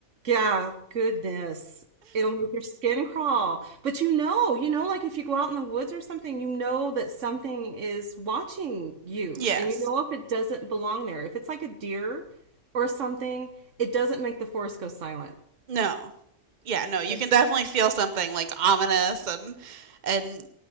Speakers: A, on the right; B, on the right.
A: yeah, goodness. It'll make your skin crawl. But you know, you know, like if you go out in the woods or something, you know that something is watching you.
B: Yes.
A: And you know if it doesn't belong there. If it's like a deer or something, it doesn't make the forest go silent.
B: No. Yeah. No. You
A: And-
B: can definitely feel something like ominous and and